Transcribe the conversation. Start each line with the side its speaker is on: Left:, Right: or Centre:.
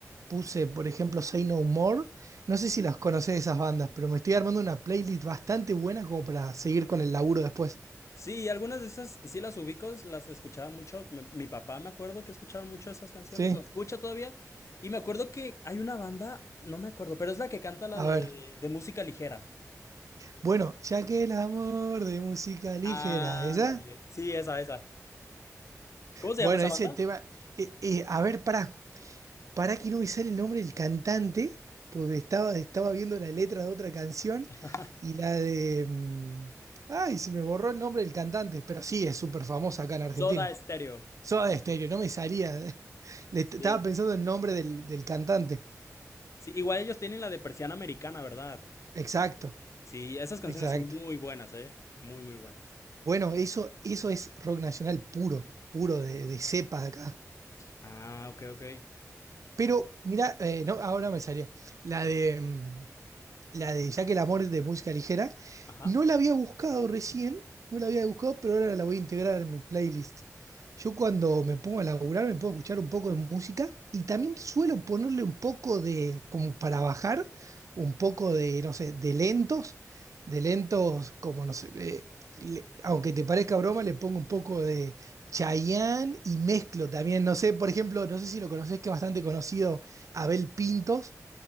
Right: Puse, por ejemplo, Say No More. No sé si las conocés esas bandas, pero me estoy armando una playlist bastante buena como para seguir con el laburo después.
Left: Sí, algunas de esas sí las ubico, las escuchaba mucho. Mi, mi papá me acuerdo que escuchaba mucho esas canciones,
Right: Sí,
Left: o escucha todavía. Y me acuerdo que hay una banda, no me acuerdo, pero es la que canta la
Right: a
Left: de,
Right: ver.
Left: de música ligera.
Right: Bueno, ya que el amor de música ligera,
Left: Ándale.
Right: ¿esa?
Left: Sí, esa, esa. ¿Cómo se
Right: Bueno,
Left: llama esa
Right: ese
Left: banda?
Right: tema. eh, eh, a ver, pará, pará que no me sale el nombre del cantante, porque estaba, estaba viendo la letra de otra canción
Left: <laughs>
Right: y la de. mm, Ay, se me borró el nombre del cantante, pero sí, es súper famosa acá en Argentina.
Left: Soda Stereo.
Right: Soda Stereo, no me salía. <laughs> Le est-
Left: Sí,
Right: estaba pensando el nombre del, del cantante.
Left: Sí, igual ellos tienen la de Persiana Americana, ¿verdad?
Right: Exacto,
Left: Sí, esas canciones
Right: exacto.
Left: son muy buenas, ¿eh? Muy, muy buenas.
Right: Bueno, eso, eso es rock nacional puro, puro de, de cepa de acá.
Left: Ah, ok, ok.
Right: Pero mira, eh, no, ahora me salía. La de. mm, la de Ya que el amor es de música ligera.
Left: Ajá.
Right: No la había buscado recién, no la había buscado, pero ahora la voy a integrar en mi playlist. Yo cuando me pongo a laburar me puedo escuchar un poco de música y también suelo ponerle un poco de, como para bajar, un poco de, no sé, de lentos, de lentos como, no sé, eh, le- aunque te parezca broma, le pongo un poco de Chayanne y mezclo también, no sé, por ejemplo, no sé si lo conoces, que es bastante conocido, Abel Pintos